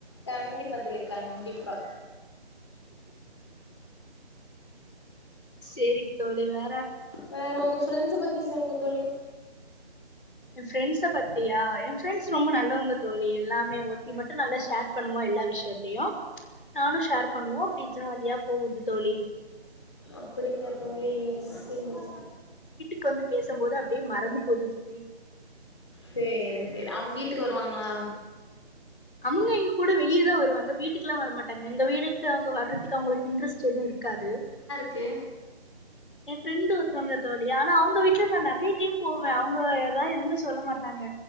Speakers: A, on the left (about 25°); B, on the left (about 50°).
A: கண்டிப்பா தோழி கண்டிப்பா
B: சேரி தோழி வேற
A: வேற ஒங்க ஃப்ரெண்ட்ஸ பத்தி சொல்லுங்க தோழி
B: என் ஃப்ரெண்ட்ஸ பத்தியா என் ஃரெண்ட்ஸ் ரொம்ப நல்லவங்க தோழி எல்லாமே ஒத்தி மட்டும் நல்லா ஷேர்
A: <inaudible>
B: பண்ணுவா எல்லா விஷயத்தையு நானு ஷேர் பண்ணுவோ அப்டி ஜாலியா போகுது தோழி
A: அப்டிக்காத் தோழி செரிங்
B: க்கு வந்து பேசும் போது அப்டியே மறந்து போது தோழி
A: சேரி சேரி அவங்க வீட்டுக்கு வருவாங்களா
B: அவங்க எங்க கூட வெளியேதா வருவாங்க வீட்டுக்கெல்லா வரமாட்டாங்க எங்க வீட்டுக்கு அவங்க வர்றதுக்கு அவங்களுக்கு இன்ட்ரெஸ்ட் எதுவு இருக்காது
A: ஓகே
B: ஏ ஃபிரெண்டு் ஒருத்தவங்க தோழி ஆனா அவங் அவங்க வீட்ல நா நெறைய டைம் போவே அவங்க எத எதுவுமே சொல்ல மாட்டாங்க